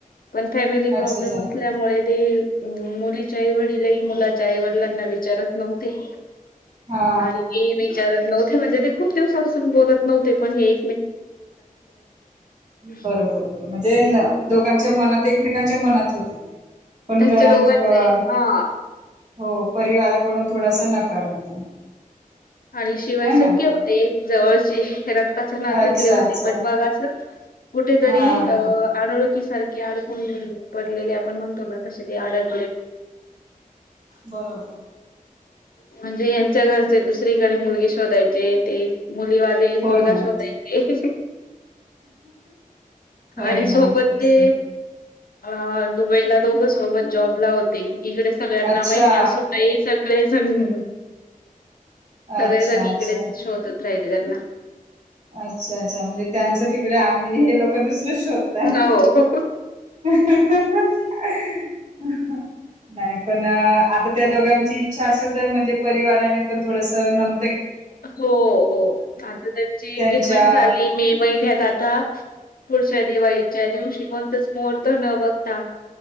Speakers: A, on the left; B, on the right.
A: पण फॅमिली प्रॉब्लेम
B: अच्छा अच्छा
A: असल्यामुळे ते- मुलीचे आई वडीलही मुलाच्या आईवडिलांना विचारत नव्हते
B: हा
A: आणि विचारत नव्हते म्हणजे ते खूप दिवसापासून बोलत नव्हते पण हे
B: बरोबर
A: <unintelligible>
B: बरोबर म्हणजे न- दोघांच्या मनात एकमेकांच्या मनात होते ते पण
A: त्यांच्या
B: घरां
A: डोळ्यात
B: अ,
A: हा
B: हो परिवाराकडून थोडासा नकार होता
A: आणि शिवाय
B: है
A: सख्खे
B: ना
A: होते जवळची <unintelligible> त्याच्या नात्यातले
B: अच्छा
A: होते
B: अच्छा
A: पण मग असं कुठेतरी
B: हा हा
A: अनोळखी सारखे अडकून पडलेले आपण म्हणतो ना तसे ते आड <unintelligible>
B: बरोबर
A: म्हणजे यांच्या घरचे दुस <unintelligible> ते मुलीवाले
B: हो
A: मुलगा
B: ना
A: शोधायचे
B: होय
A: आणि
B: ना
A: सोबतचे
B: तेच तर
A: ह दुबईला दोघं सोबत जॉब ला होती इकडे सगळ्यांना
B: अच्छा
A: माहिती असून <unintelligible> <unintelligible> सगळेजण
B: अच्छा अच्छा
A: इकडेच शोधत <unintelligible> <unintelligible>
B: अच्छा <unintelligible> त्यांचं तिकडे आणि हे लोक दुसरं
A: हो.
B: <unintelligible> नाही पण--आता त्या दोघांची इच्छा असेल तर म्हणजे परिवाराने पण थोडस नम
A: हो हो. <unintelligible>
B: त्यांच्या
A: आता पुढच्या दिवाळीच्या दिवशी कोणताच मुहूर्त न बघता